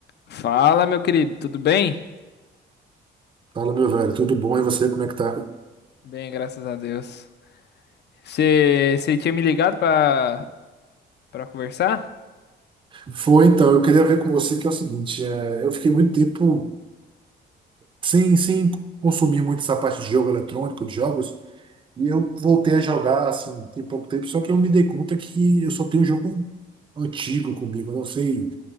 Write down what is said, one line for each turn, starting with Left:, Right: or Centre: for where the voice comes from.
Left: Fala, meu querido, tudo bem?
Right: Fala, meu velho, tudo bom? E você, como é que tá?
Left: Bem, graças a Deus. Você tinha me ligado pra, pra conversar?
Right: Foi, então, eu queria ver com você que é o seguinte, é, eu fiquei muito tempo sem, sem consumir muito essa parte de jogo eletrônico, de jogos, e eu voltei a jogar, assim, tem pouco tempo, só que eu me dei conta que eu só tenho um jogo antigo comigo, eu não sei